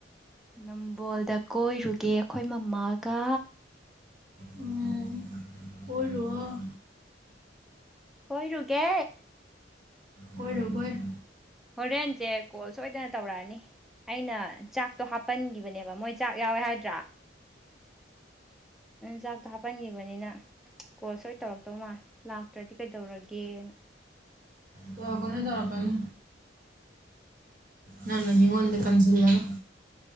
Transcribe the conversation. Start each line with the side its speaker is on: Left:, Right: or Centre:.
Centre: ꯅꯝꯕꯣꯜꯗ ꯀꯣꯏꯔꯨꯒꯦ ꯑꯩꯈꯣꯏ ꯃꯃꯥꯒ
Right: ꯎꯝ ꯀꯣꯏꯔꯨꯑꫭ
Centre: ꯀꯣꯏꯔꯨꯒꯦ
Right: ꯀꫭꯏꯔꯨ ꯀꯣꯏꯔꯨ
Centre: ꯍꯣꯔꯦꯖꯦ ꯀꯣꯜ ꯁꫭꯏꯗꯅ ꯇꯧꯔꯛꯑꯅꯤ ꯑꯩꯅ ꯆꯥꯛꯇꯣ ꯍꯥꯞꯄꯟꯈꯤꯕꯅꯦꯕ ꯃꯣꯏ ꯆꯥꯛ ꯌꯥꯎꯋꯦ ꯍꯥꯏꯗ꯭ꯔꯥ ꯖꯥꯛꯗ ꯍꯥꯞ ꯄꯟꯈꯤꯕꯅꯤꯅ ꯀꯣꯜ ꯁꯣꯏ ꯇꯧꯔꯛꯇꯧ ꯃꯥꯜꯂ ꯂꯥꯛꯇ꯭ꯔꯗꯤ ꯀꯩꯗꯧꯔꯒꯦꯅ
Right: ꯇꯥꯔꯛꯀꯅꯤ ꯇꯔꯀꯅꯤ ꯅꯪꯅ ꯃꯤꯉꯣꯟꯟ
Centre: ꯑꯗꯨꯅꯦ
Right: ꯀꯟꯁꯤꯂꯒ